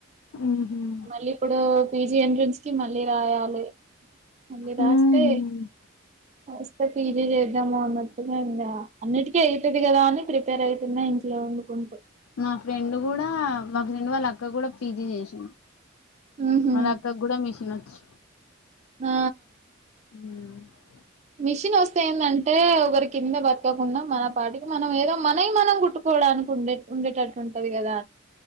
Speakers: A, on the left; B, on the right.
A: ఉహు
B: మళ్ళీ ఇప్పుడు పిజి ఎంట్రెన్స్ కి మళ్ళీ రాయాలి మళ్ళి రాస్తే
A: ఉహు
B: వస్తే పీజీ చే ద్దాము అన్నట్టుగా ఇంకా అన్నిటికీ అవుతది కదా అని ప్రిపేర్ అవుతున్నా ఇంట్లో వండుకుంటూ
A: నా ఫ్రెండ్ కూడా మా ఫ్రెండ్ వాళ్ళ అక్క కూడా పీజీ చేసింది
B: ఉహు
A: వాళ్ళ అక్క కు గుడా మెషిన్ వచ్చు
B: ఆ
A: అమ్
B: మిషిన్ వస్తే ఏంటంటే ఒకరికి కింద బతకకుండా మన పాటికి మనం ఏదో మన మనం కుట్టుకోవడానికి ఉండే ఉండేటట్టు ఉంటది కదా